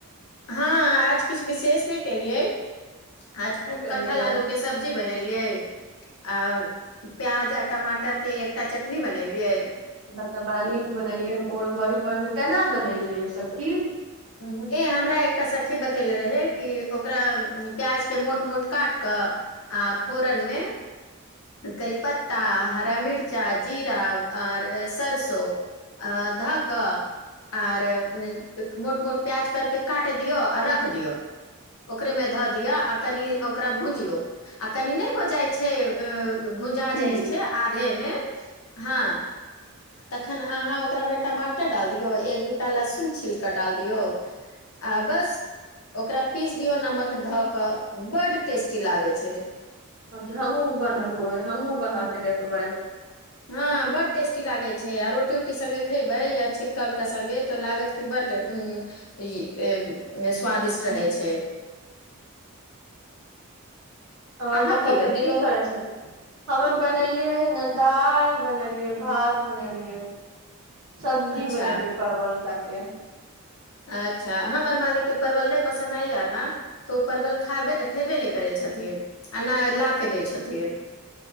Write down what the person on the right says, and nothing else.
नहि खेलियै
तब त बड़ा नीक बनेलियै बोर
बड़ी पर केना बनेलियै सखी
की
अच्छा हमहुँ बनबै हमहूँ बना क देखबै
ओर
बच्चा सब
की करे छथिन हमे बनेलियै हने दालि बनेलियै भात बनेलियै सब्जी
बनेलियै परवल तक के